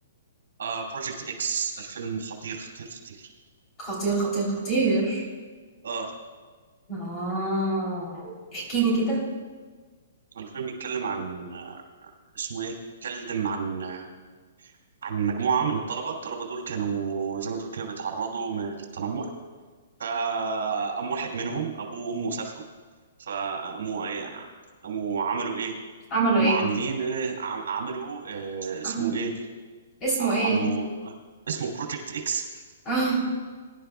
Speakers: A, on the right (about 75°); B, on the left (about 15°).
A: آه بروجكت اكس الفيلم خطير خطير خطير
B: خطير خطير خطير
A: اه
B: آه احكي لي كده
A: الفيلم بيتكلم عن آه، اسمه ايه بيتكلم عن آه، عن مجموعة من الطلبة الطلبة دول كانوا زي ما تقول كده بيتعرضوا من- للتنمر فقام واحد منهم ابوه وامه سافروا فقاموا ايه قاموا عملوا ايه
B: عملوا
A: قاموا
B: ايه
A: عاملين ايه عم- عملوا آه اسمه
B: عمل
A: ايه
B: اسمه
A: قاموا
B: ايه
A: اسمه بروجكت اكس
B: اه